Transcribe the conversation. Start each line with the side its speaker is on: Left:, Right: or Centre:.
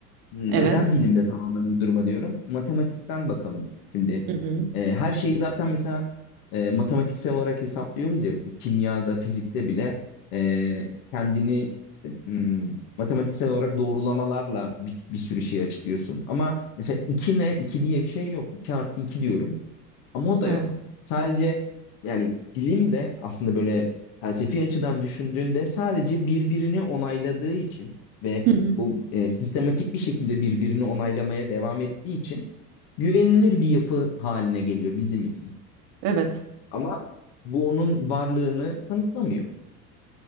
Left: Neden
Right: Evet.
Left: bilim de tamamen uydurma diyorum? Matematikten bakalım şimdi.
Right: Hı hı.
Left: E, her şeyi zaten mesela e, matematiksel olarak hesaplıyoruz ya. Kimyada, fizikte bile e, kendini işte, hmm, matematiksel olarak doğrulamalarla bir, bir sürü şeyi açıklıyorsun. Ama mesela 2 ne? iki diye bir şey yok. iki artı 2 diyorum. Ama o da
Right: Evet.
Left: yok. Sadece yani bilim de aslında böyle felsefi açıdan düşündüğünde sadece birbirini onayladığı için ve
Right: Hı hı.
Left: bu e, sistematik bir şekilde birbirini onaylamaya devam ettiği için güvenilir bir yapı haline geliyor bizim için.
Right: Evet.
Left: Ama bu onun varlığını kanıtlamıyor.